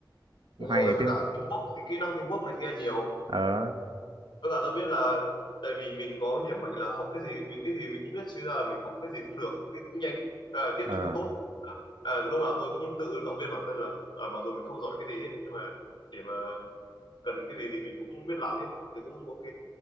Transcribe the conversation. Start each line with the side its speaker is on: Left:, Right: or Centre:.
Right: cũng
Left: đúng
Right: hay
Left: rồi
Right: đấy
Left: với
Right: chứ
Left: cả teamwork thì kỹ năng teamwork này kia nhiều
Right: ờ
Left: với cả tôi biết là tại vì mình có điểm mạnh là học cái gì mình cái gì mình cũng biết chứ là mình học cái gì cũng được cái cũng nhanh à, tiếp
Right: ờ
Left: thu tốt à, lúc nào tôi cũng tự động viên bản thân là ở mà dù mình không giỏi cái gì hết nhưng mà để mà cần cái gì thì mình cũng biết làm hết thì cũng ok